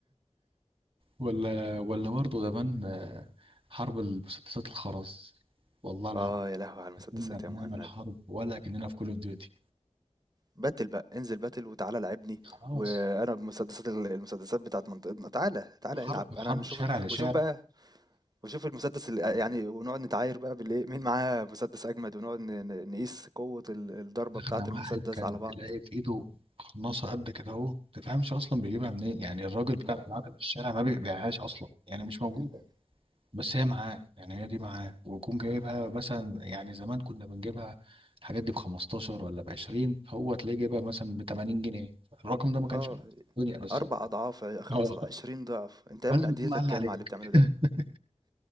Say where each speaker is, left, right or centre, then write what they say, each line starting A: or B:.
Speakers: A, on the right; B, on the right.
A: ولا ولا برضه زمان آه، حرب المسدسات الخرز والله العظيم
B: اه يا لهوي على المسدسات
A: لا كنا
B: يا
A: بنعمل
B: مهند
A: حرب ولا كأننا في كول اوف ديوتي
B: باتل بقى انزل باتل وتعالى لعبني
A: خلاص
B: وانا بمسدسات ال- المسدسات بتاعت منطقتنا تعالى تعالى
A: حرب
B: العب انا
A: حرب
B: نشوف
A: شارع لشارع
B: وشوف بقى وشوف المسدس اللي يعني ونقعد نتعاير بقى بالايه مين معاه مسدس اجمد ونقعد ن- ن- نقيس قوة ال- الضربة
A: أغنى
B: بتاعة
A: واحد
B: المسدس
A: كان
B: على بعض
A: تلاقي في إيده قناصة قد كده أهو ما تفهمش أصلا بيجيبها منين يعني الراجل بتاع الألعاب اللي في الشارع ما بيبيعهاش أصلا يعني مش موجودة بس هي معاه يعني هي دي معاه ويكون جايبها مثلا يعني زمان كنا بنجيبها الحاجات دي ب 15 ولا ب 20 هو تلاقيه جايبها مثلا ب 80 جنيه الرقم ده ما كانش
B: اه
A: في الدنيا بس
B: اربع
A: هو
B: اضعاف خمس
A: اه هو
B: اضعاف عشرين ضعف انت يا
A: لازم
B: ابني عديتك
A: يكون معلي
B: كام
A: عليك
B: على اللي بتعمله
A: <laughs>
B: ده